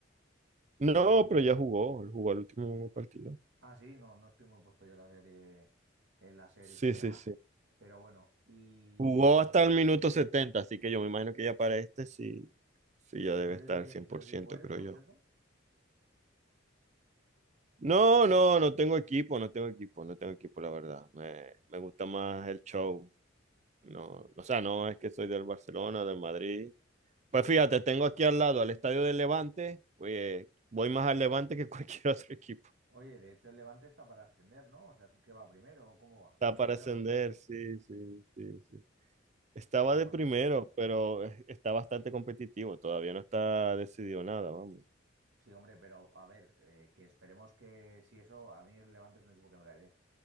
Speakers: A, on the right; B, on the right.
A: No, pero ya jugó, él jugó el último partido.
B: Ah, sí, no, no estoy muy puesto yo en la serie, en la serie
A: Sí, sí,
B: A,
A: sí.
B: pero bueno, y,
A: Jugó
B: y,
A: hasta el minuto setenta así que yo me imagino que ya para este sí, sí ya
B: y
A: debe
B: tú eres
A: estar
B: de,
A: cien
B: ¿y tú
A: por
B: de qué
A: ciento
B: equipo eres,
A: creo
B: por
A: yo.
B: cierto?
A: No, no, no tengo equipo, no tengo equipo, no tengo equipo, la verdad. Me, me gusta más el show. No, o sea, no es que soy del Barcelona, del Madrid. Pues fíjate, tengo aquí al lado al estadio del Levante. Oye, voy más al Levante que cualquier <laughs> otro equipo.
B: Oye, de hecho el Levante está para ascender, ¿no? O sea, ¿qué va primero o cómo va?
A: Está
B: Primero,
A: para ascender,
B: ¿no?
A: sí, sí, sí, sí. Estaba
B: Pero
A: de
B: bueno,
A: primero, pero eh, está bastante competitivo. Todavía no está decidido nada, vamos.
B: sí, hombre, pero a ver, eh, que esperemos que si eso, a mí el Levante es un equipo que me cae bien.